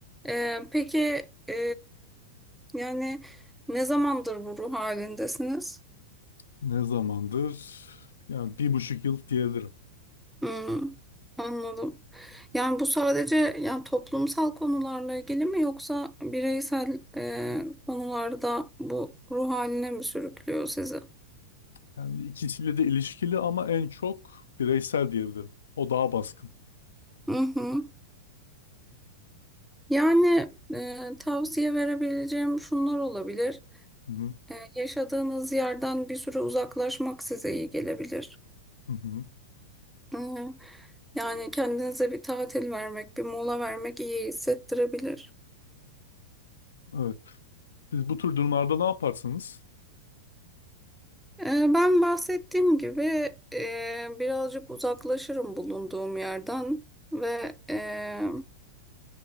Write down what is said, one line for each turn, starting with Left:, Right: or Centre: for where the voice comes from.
Centre: Ee, peki e, yani ne zamandır bu ruh halindesiniz?
Left: Ne zamandır? Yani bir buçuk yıl diyebilirim.
Centre: Hı. Anladım. Yani bu sadece yani toplumsal konularla ilgili mi yoksa bireysel e, konularda bu ruh haline mi sürüklüyor sizi?
Left: Yani ikisiyle de ilişkili ama en çok bireysel diyebilirim. O daha baskın.
Centre: Hı hı. Yani e, tavsiye verebileceğim şunlar olabilir.
Left: Hı hı.
Centre: E, yaşadığınız yerden bir süre uzaklaşmak size iyi gelebilir.
Left: Hı hı.
Centre: E, yani kendinize bir tatil vermek, bir mola vermek iyi hissettirebilir.
Left: Evet. Siz bu tür durumlarda ne yaparsınız?
Centre: E, ben bahsettiğim gibi e, birazcık uzaklaşırım bulunduğum yerden ve e,